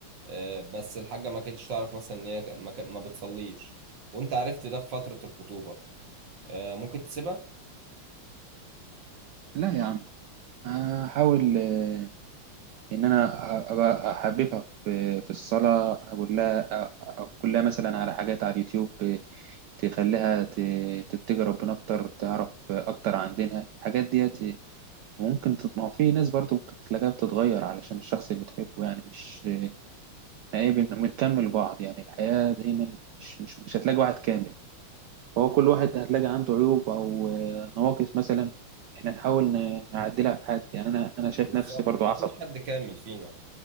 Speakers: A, on the right; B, on the right.
A: آه، بس الحاجة ما كانتش تعرف مثلا ان هي ك- ما, كان- ما بتصليش وانت عرفت ده في فترة الخطوبة آه، ممكن تسيبها
B: لا يا عم هحاول آه، ان انا أ- أبقى احببها في في الصلاه اقول لها أ- اقول لها مثلا على حاجات على اليوتيوب آه، تخليها ت- تتجه ربنا اكتر تعرف اكتر عن دينها الحاجات ديت ممكن تت- ما هو في ناس برضو ممكن تلاقيها بتتغير علشان الشخص اللي بتحبه يعني مش عيب ان بنكمل بعض يعني الحياه دايما مش مش مش هتلاقي واحد كامل فهو كل واحد هتلاقي عنده عيوب او آه، نواقص مثلا احنا نحاول ن- نعدلها في حد يعني انا انا شايف
A: بالظبط
B: نفسي برضو
A: ما
B: عصبي
A: فيش حد كامل فينا